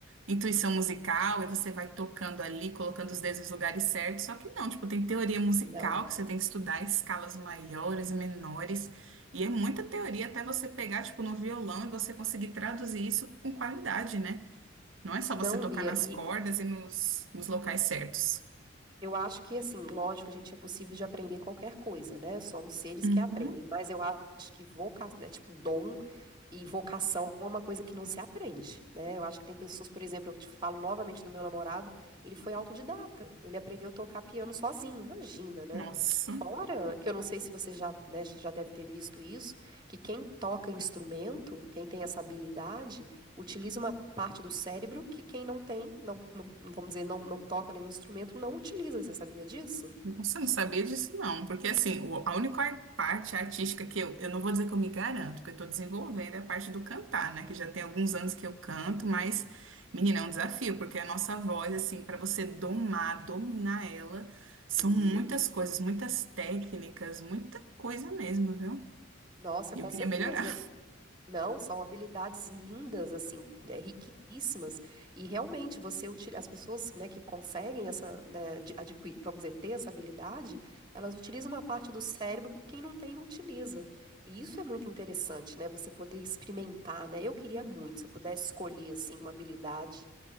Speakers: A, on the right (about 80°); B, on the right (about 20°).
A: intuição musical, e você vai tocando ali, colocando os dedos nos lugares certos. Só que não, tipo, tem teoria musical
B: Não.
A: que você tem que estudar escalas maiores, menores, e é muita teoria até você pegar, tipo, no violão e você conseguir traduzir isso com qualidade, né? Não é só
B: Não,
A: você tocar
B: Bia,
A: nas
B: é
A: cordas
B: e
A: e nos, nos locais certos.
B: Eu acho que, assim, lógico, a gente é possível de aprender qualquer coisa, né? Somos seres
A: Uhum.
B: que aprendem, mas eu acho que vocação, é tipo dom e vocação é uma coisa que não se aprende, né? Eu acho que tem pessoas, por exemplo, eu te falo novamente do meu namorado, ele foi autodidata, ele aprendeu a tocar piano sozinho, imagina, né?
A: Nossa.
B: Fora que eu não sei se você já, né, já deve ter visto isso, que quem toca instrumento, quem tem essa habilidade utiliza uma parte do cérebro que quem não tem, não, não- vamos dizer, não, não toca nenhum instrumento, não utiliza. Você sabia disso?
A: Nossa, eu não sabia disso não, porque assim, o- a única ar- parte artística que eu, eu não vou dizer que eu me garanto, porque eu tô desenvolvendo é a parte do cantar, né, que já tem alguns anos que eu canto, mas, menina, é um desafio, porque a nossa voz,
B: É.
A: assim, para você domar, dominar ela, são
B: Sim.
A: muitas coisas, muitas técnicas, muita coisa mesmo, viu?
B: Nossa,
A: E
B: com
A: eu queria
B: certeza.
A: melhorar.
B: Não, são habilidades lindas, assim, é, riquíssimas. E realmente você utiliza, as pessoas, né, que conseguem essa, né, de- adqui- vamos dizer, ter essa habilidade, elas utilizam uma parte do cérebro que quem não tem não utiliza. E isso é muito interessante, né? Você poder experimentar, né? Eu queria muito, se eu pudesse escolher, assim, uma habilidade.